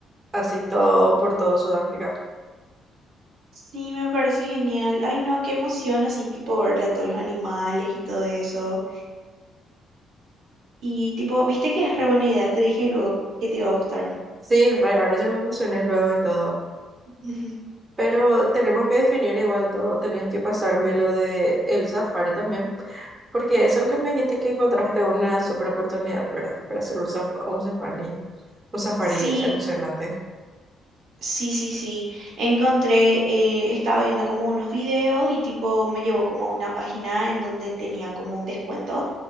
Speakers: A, on the right; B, on the right.
A: así todo por todo Sudáfrica.
B: Sí, me parece genial. Ay, no, qué emoción así, tipo, verle a todos los animales y todo eso. Y tipo, viste que es re buena idea, te dije luego que te iba a gustar.
A: Sí, re, ahora ya me emocioné luego y todo.
B: <laughs>
A: Pero tenemos que definir igual todo, tenés que pasarme lo de el safari también. Porque eso es lo que me dijiste que encontraste una super oportunidad, ¿verdad? Para hacer un, saf- un safari, un safari
B: Sí,
A: emocionante.
B: sí, sí, sí. Encontré, eh, estaba viendo como unos videos y tipo me llevó como a una página en donde tenían como un descuento.